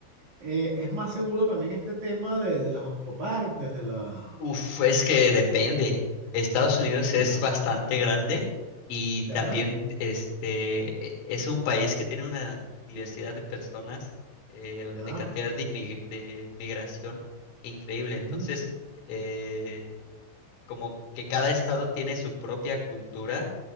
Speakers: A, on the right; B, on the left.
A: eh, es más seguro también este tema de, de las autopartes, de la...
B: uf, es que depende. Estados Unidos
A: Ya,
B: es bastante grande y también
A: ya,
B: este, e- es un país que tiene una diversidad de personas, eh,
A: ya,
B: de cantidad de, inmig- de migración increíble.
A: ujú,
B: Entonces, eh, como que cada estado tiene su propia cultura